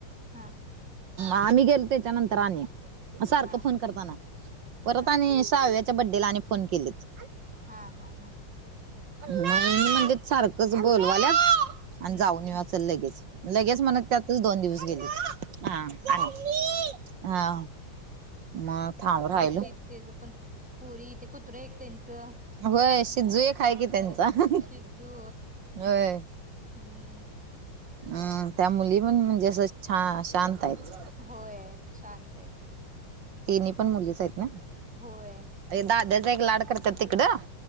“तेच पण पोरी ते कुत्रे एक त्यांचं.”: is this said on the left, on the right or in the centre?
Centre